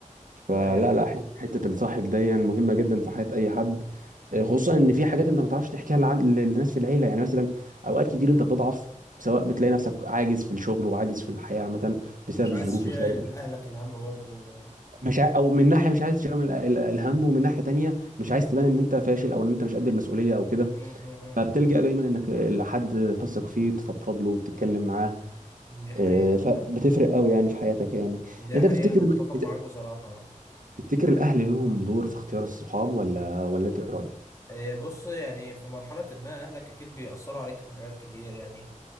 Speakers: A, on the right; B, on the left.
A: فلا
B: ايوه ايوه
A: لا ح- حتة الصاحب دي مهمة جدا في حياة أي حد
B: مم.
A: آه، خصوصا إن في
B: حقيقة.
A: حاجات أنت ما تعرفش تحكيها لعن- للناس في العيلة يعني مثلا أوقات كتير أنت بتضعف سواء بتلاقي
B: أكيد.
A: نفسك عاجز في الشغل وعاجز في الحياة عامة بسبب
B: مش عايز
A: الظروف
B: تشيل
A: وبسبب
B: أهلك الهم برضو
A: مش ع- او من ناحيه مش عايز تشيل ال- ال- الهم ومن ناحيه تانية مش عايز تبان ان انت فاشل او ان انت مش قد المسؤوليه او كده
B: مم. مم.
A: فبتلجأ دايما انك لحد تثق فيه تفضفض له وتتكلم معاه
B: مم. دي حقيقة
A: آه، فبتفرق قوي يعني في حياتك يعني
B: دي
A: انت
B: حقيقة
A: تفتكر
B: أنا متفق
A: انت
B: معاك بصراحة
A: تفتكر الاهل لهم دور في اختيار الصحاب ولا ولا انت إيه رايك
B: إيه، بص يعني في مرحلة ما أهلك أكيد بيأثروا عليك في حاجات كتير يعني